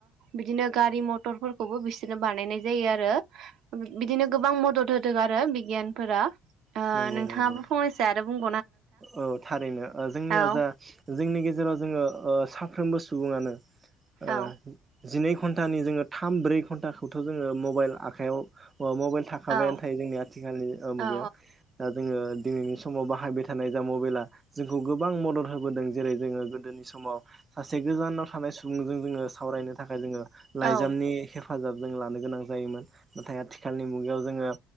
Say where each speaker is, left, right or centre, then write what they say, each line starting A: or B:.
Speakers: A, on the right; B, on the right.
A: बिदिनो गारि मथरफोरखौबो बिसोरनो बानायनाय जायो आरो बिदिनो गोबां मदद होदों आरो बिगियानफोरा ओ
B: नंगौ
A: नोंथाङाबो
B: नंगौ
A: <unintelligible>
B: औ थारैनो ओ जोंनिया
A: औ
B: जा जोंनि गेजेराव जोङो ओ साफ्रोमबो सुबुङानो ओ
A: औ
B: जिनै घन्टानि जोङो थाम ब्रै घन्टाखौथ' जोङो मबाइल आखाइयाव मबाइल थाखाबायानो
A: औ
B: थायो जोंनि आथिखालनि ओ मुगायाव
A: औ
B: दा जोङो दिनैनि समाव बाहाय थानाय जा मबाइला जोंखौ गोबां मदद होबोदों जेरै जोङो गोदोनि समाव सासे गोजानाव थानाय सुबुंजों जोङो सावरायनो थाखाय जोङो लाइजामनि
A: औ
B: हे फाजाब जों लानो गोनां जायोमोन नाथाय आथिखालनि मुगायाव जोङो